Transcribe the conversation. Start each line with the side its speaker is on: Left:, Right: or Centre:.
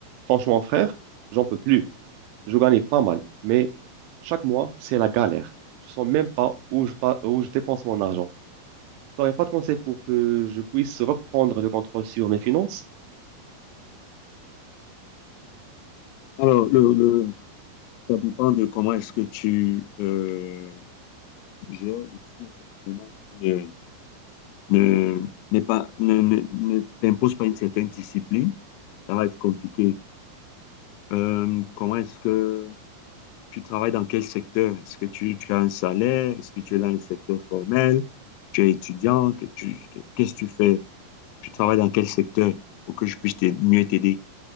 Right: Franchement, frère, j'en peux plus. Je gagnais pas mal, mais chaque mois, c'est la galère. Je sens même pas où je, pa- où je dépense mon argent. T'aurais pas de conseil pour que je puisse reprendre le contrôle sur mes finances?
Left: Alors, le, le- ça dépend de comment est-ce que tu euh, gères ici. Effectivement, tu ne, ne- n'es pas, ne, ne- ne t'imposes pas une certaine discipline. Ça va être compliqué. Euh, comment est-ce que tu travailles dans quel secteur? Est-ce que tu, tu as un salaire? Est-ce que tu es dans le secteur formel? Tu es étudiant? Que tu, que- qu'est-ce que tu fais? Tu travailles dans quel secteur pour que je puisse t'aider- mieux t'aider?